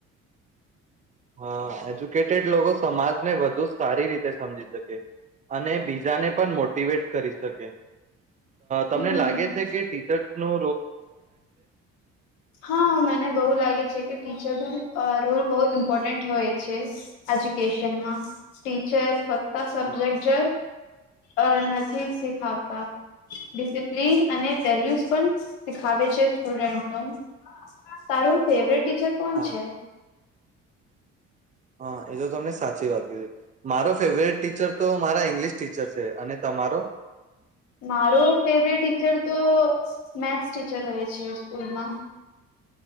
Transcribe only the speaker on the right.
હા એજ્યુકેટેડ લોકો સમાજને વધુ સારી રી સમજી શકે અને બીજાને પણ મોટિવેટ કરી શકે. તમને
લાગે છે કે ટીચર્ નું
હા
હા
હા એ તો તમને સાચી વાત કીધી, મારો ફેવરેટ ટીચર તો મારા ઇંગ્લિશ ટીચર છે અને તમારો?